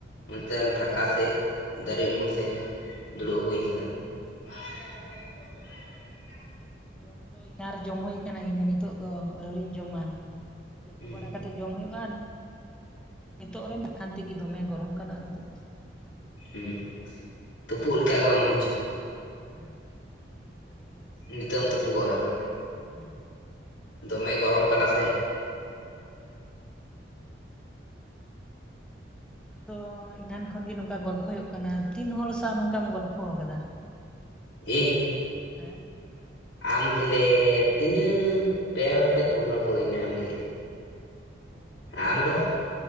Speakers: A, on the left; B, in the centre.
A: ᱚᱱᱛᱮᱢ ᱯᱷᱟᱸᱠᱟ ᱥᱮᱫ ᱫᱟᱨᱮ ᱩᱢᱩᱞ ᱥᱮᱫ ᱫᱩᱲᱩᱵ ᱦᱩᱭ ᱠᱟᱱᱟ <unintelligible>
B: ᱡᱚᱢ ᱫᱚ ᱮᱱᱟ ᱨᱮ ᱡᱚᱢ ᱦᱩᱭ ᱠᱟᱱᱟ ᱤᱧ ᱦᱚᱸ ᱱᱤᱛᱚᱜ ᱫᱚ ᱟᱹᱣᱨᱤᱧ ᱡᱚᱢᱟ ᱛᱩᱯᱩ
A: ᱦᱩᱸ
B: ᱵᱟᱲᱟ ᱠᱟᱛᱮ ᱡᱚᱢ ᱦᱩᱭᱩᱜ-ᱟ ᱱᱤᱛᱚᱜ ᱨᱮ ᱦᱟᱜ ᱠᱷᱟᱱ ᱛᱤᱜᱤ ᱫᱚᱢᱮ ᱜᱚᱨᱚᱢ ᱠᱟᱱᱟ ᱟᱨᱦᱚᱸ ᱛᱩᱯᱩ ᱥᱟᱱᱟ ᱦᱩᱭᱩᱜ-ᱟ
A: ᱦᱩᱸ ᱛᱩᱯᱩᱜ ᱞᱮᱠᱟ ᱜᱮ ᱵᱟᱢ ᱵᱩᱡᱟ
B: ᱦᱩᱸ ᱩᱫᱜᱟᱹᱨ ᱛᱤᱜᱤ ᱟᱨᱦᱚᱢ ᱞᱚᱦᱚᱜ
A: ᱱᱤᱛᱚᱜ
B: ᱪᱟᱵᱟᱜᱼᱟ
A: ᱮᱢ ᱛᱩᱯᱩ ᱠᱚᱜ ᱨᱮᱦᱚᱸ
B: ᱦᱩᱸ
A: ᱫᱚᱢᱮ ᱜᱚᱨᱚᱢ ᱠᱟᱱᱟ ᱥᱮ
B: ᱦᱮᱸ ᱟᱫᱚ ᱮᱱᱟᱱ ᱠᱷᱚᱱ ᱜᱮ ᱱᱚᱝᱠᱟ ᱜᱚᱞᱯᱷᱚ ᱦᱩᱭᱩᱜ ᱠᱟᱱᱟ ᱛᱤᱱ ᱦᱚᱲ ᱥᱟᱶ ᱱᱚᱝᱠᱟᱢ ᱜᱚᱞᱯᱷᱚ ᱣᱟᱠᱟᱫᱟ᱾
A: ᱤᱧ
B: ᱦᱮᱸ
A: ᱟᱢ ᱜᱮᱞᱮ ᱛᱤᱱᱟᱹᱜ ᱯᱮ ᱦᱚᱲ ᱥᱮ ᱯᱩᱱ ᱦᱚᱲ ᱠᱚ ᱦᱩᱭᱱᱟ ᱟᱢ ᱜᱮᱞᱮᱜ
B: ᱚ
A: ᱟᱢ ᱫᱚ